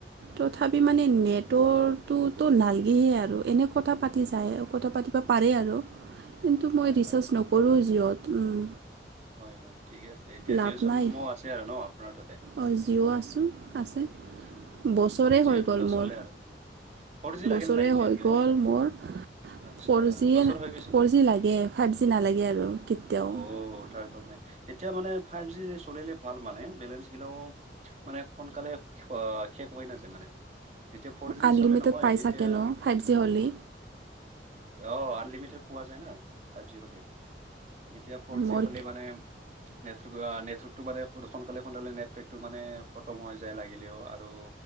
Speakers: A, on the right; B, on the right.
A: তথাপি মানে নেটৱকৰ্টোতো নালগেহে আৰু এনে কথা পাতি যায় কথা পাতিব পাৰে আৰু কিন্তু
B: হয়
A: মই ৰিচাৰ্জ
B: হয় হয়
A: নকৰোঁ জিঅ'ত উম,
B: হয় হয় ঠিকে আছে এতিয়া
A: লাভ
B: জিঅ' চিমো
A: নাই
B: আছে আৰু ন আপোনাৰ তাতে <unintelligible>
A: অঁ জিঅ' আছোঁ আছে
B: উম
A: বছৰে
B: মানে যিহেতু
A: হৈ গ'ল
B: নচলে
A: মোৰ
B: আৰু ফ'ৰ জি লাগে
A: বছৰে
B: নে নাই জিঅ'টো
A: হৈ গ'ল
B: এনেকুৱা
A: মোৰ ফ'ৰ
B: আচ্ছা
A: জিয়ে
B: বছৰ হৈ গৈছে
A: ফ'ৰ জি লাগে ফাইভ জি নালাগে আৰু কেতিয়াও
B: অ'
A: <unintelligible>
B: তাৰ এতিয়া মানে ফাই জি চলিলে ভাল মানে বেলেঞ্চ গিলাও মানে সোনকালে খ খে নাযে মানে যেতিয়া ফ'ৰ জি
A: আনলিমিটেড
B: চলে নহয়
A: পাই
B: তেতিয়া
A: চাগে ন ফাইভ জি হ'লি
B: অ আনলিমিটেড পোৱা যায় না ফাইভ জি হ'লি এতিয়া ফ'ৰ
A: মোৰ
B: জি হ'লে মানে নেৰ্টৱৰ্কটো মে সোনকালে সোনকালে নেটৱেক টো মানে খতম হৈ যায় লাগে <unintelligible> ও আৰু